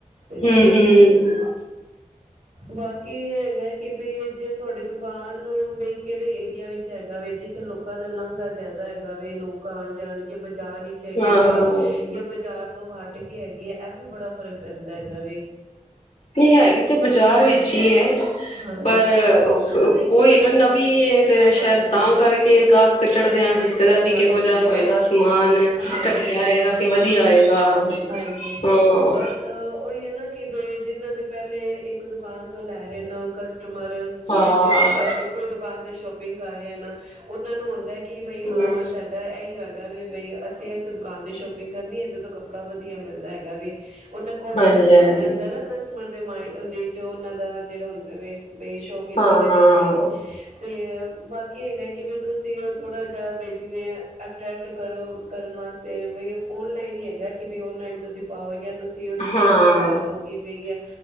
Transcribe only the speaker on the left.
ਹੂੰ-ਹੂੰ
ਹਾਂ-ਹਾਂ
ਨਹੀਂ ਹੈਗੀ ਤੇ ਬਾਜ਼ਾਰ ਵਿੱਚ ਹੀ ਹੈ
ਪਰ ਉਹੀ
ਨਾ ਨਵੀਂ
ਤੇ
ਸ਼ਾਇਦ ਤਾਂ ਕਰਕੇ ਗਾਹਕ ਚੜਦਿਆਂ ਹਿਚਕਦਾ ਵੀ
ਕਿਹੋ ਜਿ ਹੋਏਗਾ ਸਮਾਨ
ਘਟੀਆ
ਆਏਗਾ ਕਿ ਵਧੀਆ ਆਏਗਾ
ਹਾਂ
ਹਾਂ
ਹਮ
ਹਾਂਜੀ ਹਾਂਜੀ
ਹਾਂ
ਹਾਂ
ਹਾਂ ਹਮ